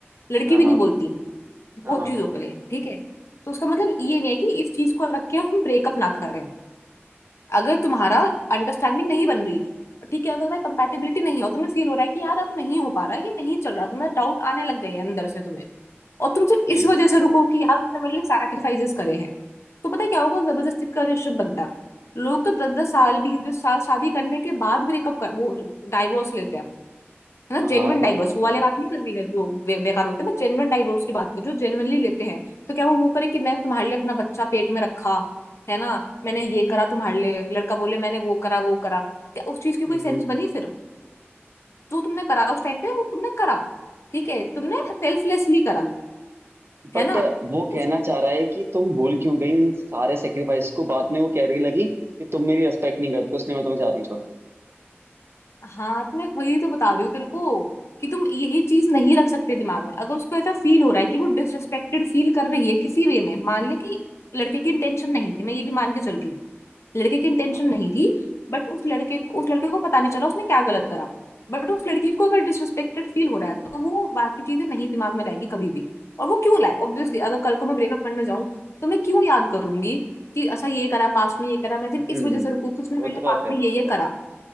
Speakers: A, on the left; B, on the right.
A: लड़की
B: हाँ
A: भी
B: हाँ
A: नहीं बोलती बहुत
B: हाँ हाँ
A: चीजों के लिए ठीक है तो उसका मतलब ये नहीं है कि इस चीज को रख के हम ब्रेकअप ना करें अगर तुम्हारा अंडरस्टैंडिंग नहीं बन रही ठीक है अगर तुम्हारी कंपेटिबिलिटी नहीं है और तुम्हें फील हो रहा है कि यार अब नहीं हो पा रहा है ये नहीं चल रहा तुम्हें डाउट आने लग गए हैं अंदर से तुम्हें और तुम सिर्फ
B: ठीक
A: इस वजह
B: है
A: से
B: ठीक
A: रुको
B: है
A: कि यार उसने मेरे लिए सैक्रिफाइसेस करे हैं तो पता है क्या होगा जबरदस्ती का रिलेशनशिप बनता है लोग तो दस दस साल बीस बीस साल शादी करने के बाद ब्रेकअप कर वो डाइवोर्स लेते हैं है ना
B: हाँ
A: जेन्युइन
B: हाँ
A: डाइवर्स
B: हाँ हाँ
A: वो वाले बात नहीं कर रही मैं जो बे, बेकार होते हैं मैं जेन्युइन डाइवर्स की बात कर रही हूँ जो जेन्युइनली लेते हैं तो क्या वो वो करे कि मैंने तुम्हारे लिए अपना बच्चा पेट में रखा है ना मैंने ये करा तुम्हारे लिए लड़का बोले मैंने वो करा वो करा क्या उस चीज की कोई
B: हम्म
A: सेंस बनी फिर जो तुमने करा उस टाइम पे वो तुमने करा ठीक है तुमने सेल्फलेसली करा है
B: बट
A: ना
B: वो कहना
A: उसने
B: चाह रहा है कि तुम भूल क्यों गई उन सारे सेक्रीफाइस को बाद में वो कह रही लगी कि तुम मेरी रेस्पेक्ट नहीं करते उसने मैं तुम्हें जा रही छोड़ के
A: हाँ तो मैं वही तो बता रही हूँ तेरे को कि तुम यही चीज नहीं रख सकते दिमाग में अगर उसको ऐसा फील हो रहा है कि वो डिसरिस्पेक्टेड फील कर रही है किसी वे में मान ले कि लड़के की इंटेंशन नहीं थी मैं ये भी मान के चल रही हूँ लड़के की इंटेंशन
B: हाँ हाँ
A: नहीं थी बट उस लड़के उस लड़के को पता नहीं चला उसने क्या गलत करा बट उस लड़की को अगर डिसरिस्पेक्टेड फील हो रहा है तो वो बाकी चीजें नहीं दिमाग में लाएगी कभी भी और वो क्यों लाए ऑब्वियसली अगर कल को मैं ब्रेकअप करने जाऊं तो मैं क्यों याद करूंगी कि अच्छा ये करा पास्ट में ये करा मैं सिर्फ
B: हम्म
A: इस वजह से रुकू कि उसने मेरे
B: वो
A: लिए
B: तो बात
A: पास्ट
B: है
A: में ये
B: वो
A: ये
B: तो बात
A: करा
B: है